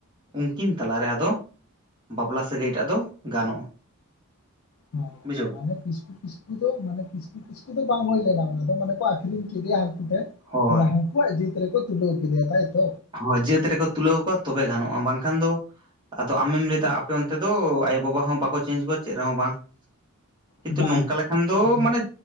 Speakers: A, on the right; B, on the left.
A: ᱩᱱᱠᱤᱱ ᱛᱟᱞᱟᱨᱮ ᱟᱫᱚ ᱵᱟᱯᱞᱟ ᱥᱟᱹᱜᱟᱹᱭ ᱴᱟᱜ ᱫᱚ ᱜᱟᱱᱚᱜᱼᱟ᱾
B: ᱦᱚᱸ
A: ᱵᱩᱡᱷᱟᱹᱣ
B: ᱟᱞᱮ ᱠᱤᱥᱠᱩ ᱠᱤᱥᱠᱩ ᱫᱚ ᱢᱟᱱᱮ ᱠᱤᱥᱠᱩ ᱠᱤᱥᱠᱩ ᱫᱚ ᱵᱟᱝ ᱦᱩᱭ ᱞᱮᱱᱟ ᱚᱱᱟ ᱫᱚ ᱢᱟᱱᱮ ᱠᱚ ᱟᱠᱷᱨᱤᱧ ᱠᱮᱫᱮᱭᱟ
A: ᱦᱳᱭ
B: ᱢᱟᱱᱮ ᱦᱟᱹᱱᱠᱩᱣᱟᱜ ᱡᱟᱹᱛ ᱨᱮᱠᱚ ᱛᱩᱞᱟᱹᱣ ᱠᱮᱫᱮᱭᱟ ᱛᱟᱭᱛᱚ?
A: ᱦᱚᱭ ᱡᱟᱹᱛ ᱨᱮᱠᱚ ᱛᱩᱞᱟᱹᱣ ᱠᱚᱣᱟ ᱛᱚᱵᱮ ᱜᱟᱱᱚᱜᱼᱟ, ᱵᱟᱝᱠᱷᱟᱱ ᱫᱚ ᱟᱫᱚ ᱟᱢᱮᱢ ᱞᱟᱹᱭᱫᱟ
B: ᱵᱟᱝ
A: ᱟᱯᱮ ᱚᱱᱛᱮ ᱫᱚ ᱟᱭᱳᱼᱵᱟᱵᱟ ᱦᱚᱸ ᱵᱟᱠᱚ ᱪᱮᱧᱡᱽ ᱠᱚᱣᱟ ᱪᱮᱫ ᱨᱮᱦᱚᱸ ᱵᱟᱝ, ᱠᱤᱱᱛᱩ
B: ᱵᱟᱝ ᱵᱟᱝ,
A: ᱱᱚᱝᱠᱟ ᱞᱮᱠᱷᱟᱱ ᱫᱚ
B: ᱚᱱᱠᱟ
A: ᱢᱟᱱᱮ